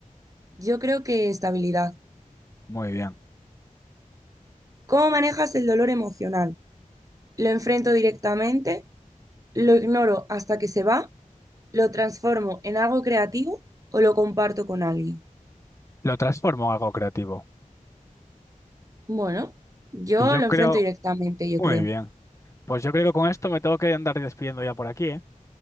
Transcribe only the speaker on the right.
Yo creo que estabilidad.
¿Cómo manejas el dolor emocional? ¿Lo enfrento directamente? ¿Lo ignoro hasta que se va? ¿Lo transformo en algo creativo o lo comparto con alguien?
Bueno, yo
lo
enfrento directamente, yo
creo.